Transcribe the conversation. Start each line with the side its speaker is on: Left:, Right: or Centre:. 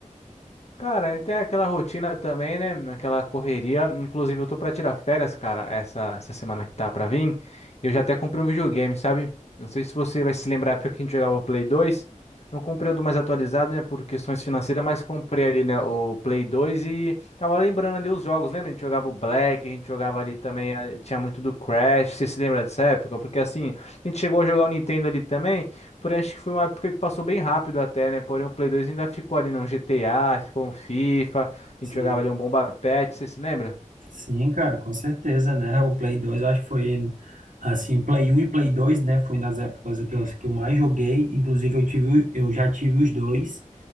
Left: Cara, e tem aquela rotina também, né? Aquela correria. Inclusive, eu tô pra tirar férias, cara, essa, essa semana que tá pra vir. Eu já até comprei um videogame, sabe? Não sei se você vai se lembrar, porque a gente jogava o Play 2. Não comprei o do mais atualizado, né? Por questões financeiras, mas comprei ali, né? O Play 2 e tava lembrando ali os jogos, lembra? A gente jogava o Black, a gente jogava ali também, eh, tinha muito do Crash. Você se lembra dessa época? Porque assim, a gente chegou a jogar o Nintendo ali também. Porém, acho que foi uma época que passou bem rápido até, né? Porém, o Play 2 ainda ficou ali no GTA, ficou um FIFA, a
Right: Sim.
Left: gente jogava ali um Bomba pet você se lembra?
Right: Sim, cara, com certeza, né? O Play 2 eu acho que foi assim, Play um e Play 2 né? Foi nas épocas que eu, que eu mais joguei. Inclusive, eu tive, eu já tive os dois.